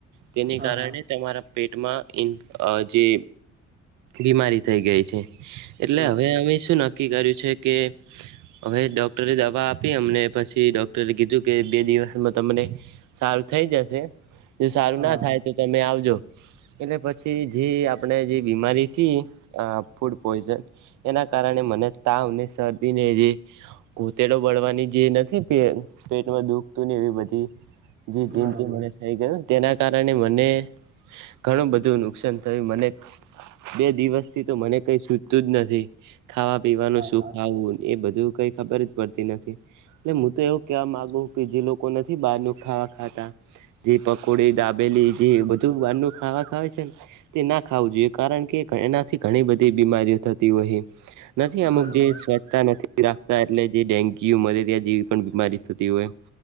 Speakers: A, on the right; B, on the right.
A: તેને
B: હા
A: કારણે
B: હા બરોબર હા હા હા હા
A: તમારા પેટમાં જે બીમારી થઈ ગઈ છે. એટલે
B: બરોબર
A: હવે અમે શું ના નક્કી કર્યું છે કે હવે ડૉક્ટરે દવા આપી અમને. પછી ડોક્ટરે કીધું કે બે દિવસમાં તમને સારું થઈ જશે. જો સારું
B: હા
A: ના થાય
B: હા
A: તો તમે આવજો. એટલે પછી જે આપણે જે બીમારીથી ફૂડ પોઈઝન. એના કારણે મને તાવ ને શરદીને જે ઘોતેડો બળવાની જે ન પેટમાં દુઃખતું ને એવી બધી જે જિંદગી
B: બરોબર
A: મને થઈ ગયોું તેના કારણે મને ઘણું બધું નુકસાન થયું મને બે દિવસ થી તો મને કઈ સુજતું જ નથી ખાવા. પીવાનું
B: હા
A: શું
B: હા
A: ખાવું એ બધું કઈ ખબર જ પડતી નથી. એટલે હું તો એવું કેહેવા માંગુ કે જે લોકો નથી બહાર ન ખાવા ખાતા. જેી પકોડી દાબેલી જે બધું બાર નું ખાવા ખવા છે ને. તે ના ખાવું જોઈએ કારણ કે એનાથી ઘણી બધી બીમારીઓ થતી હોય. નથી અમુક
B: બરોબર
A: જે સ્વચ્છતા નથી રાખતા એટલે જે ડેન્ગ્યુ મલેરિયા જેવી પણ બીમારી થતી હોય.